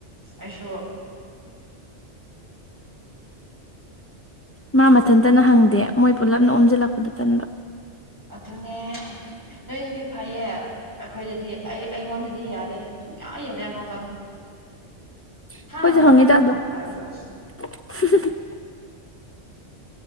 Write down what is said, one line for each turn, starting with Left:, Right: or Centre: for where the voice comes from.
Right: ꯑꯁꯣ
Left: ꯃꯥ ꯃꯊꯟꯇꯅ ꯍꯪꯗꯦ ꯃꯣꯏ ꯄꯨꯜꯂꯞꯅ ꯑꯣꯝꯁꯤꯜꯂꯛꯄꯗ ꯇꯟꯕ
Right: ꯑꯗꯨꯅꯦ ꯅꯣꯏꯗꯤ ꯐꯩꯌꯦ ꯑꯩꯈꯣꯏꯗꯗꯤ ꯑꯩ ꯑꯩꯉꯣꯟꯗꯗꯤ ꯌꯥꯗꯦ ꯁꯨꯡꯌꯥ ꯌꯥꯗꯦ ꯃꯥꯗꯣ
Left: ꯑꯩꯈꯣꯏꯁꯨ
Right: ꯍꯥ
Left: ꯍꯪꯉꯤꯗ
Right: ꯍꯥ ꯍ
Left: ꯑꯗꯨꯝ
Right: ꯇꯧꯔꯒ
Left: <unintelligible>